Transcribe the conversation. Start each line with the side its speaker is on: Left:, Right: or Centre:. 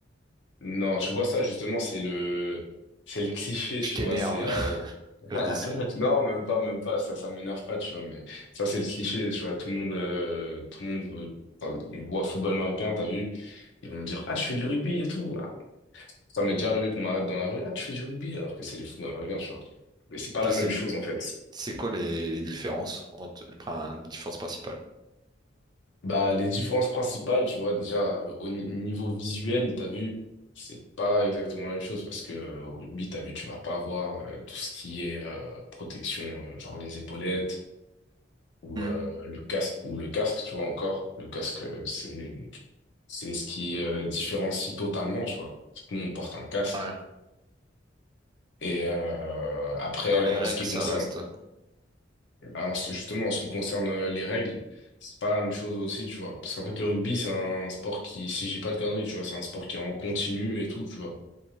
Left: Non, tu vois ça justement, c'est le, c'est le cliché, tu
Right: je t'énerve
Left: vois. C'est euh,
Right: <laughs>
Left: <laughs>
Right: quand je dis ça?
Left: Non, même pas, même pas, ça, ça m'énerve pas, tu vois, mais ça, c'est le cliché, tu vois, tout le monde, euh, tout le monde veut, enfin, ils voient football américain, t'as vu, ils vont me dire, ah, tu fais du rugby et tout. Ah, Ça m'est déjà arrivé qu'on m'arrête dans la rue, ah, tu fais du rugby, alors que c'est du football américain, tu vois. Mais c'est pas la
Right: Je sais,
Left: même chose, en fait.
Right: c'est quoi les, les différences entre le prin- les différences principales?
Left: Bah, les différences principales, tu vois, déjà, euh, au ni- niveau visuel, t'as vu, c'est pas exactement la même chose, parce que, euh, au rugby, t'as vu, tu vas pas avoir, euh, tout ce qui est, euh, protection, euh, genre les épaulettes, ou
Right: Hmm,
Left: euh, le casque ou le casque tu vois encore le casque euh, c'est c'est ce qui euh, différencie totalement tu vois Parce que nous on porte un casque
Right: ouais.
Left: et euh, après
Right: Dans les
Left: en
Right: règles,
Left: ce qui
Right: ça
Left: concerne
Right: reste.
Left: en justement en ce qui concerne euh, les règles c'est pas la même chose aussi tu vois parce qu'en fait le rugby c'est un sport qui si j'ai pas de conneries tu vois c'est un sport qui est en continu et tout tu vois